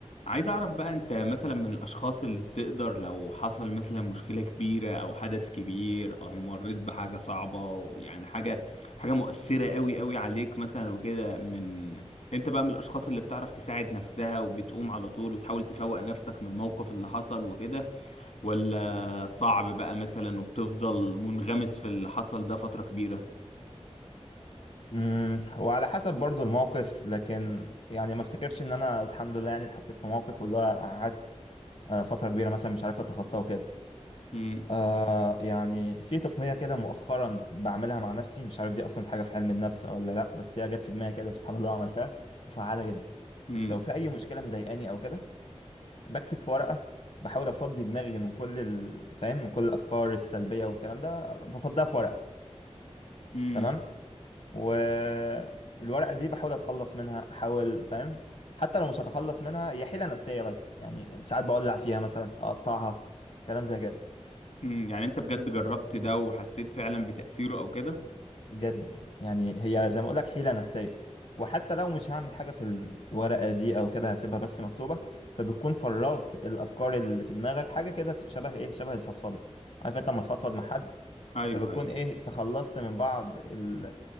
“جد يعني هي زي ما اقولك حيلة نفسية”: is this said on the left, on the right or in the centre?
Left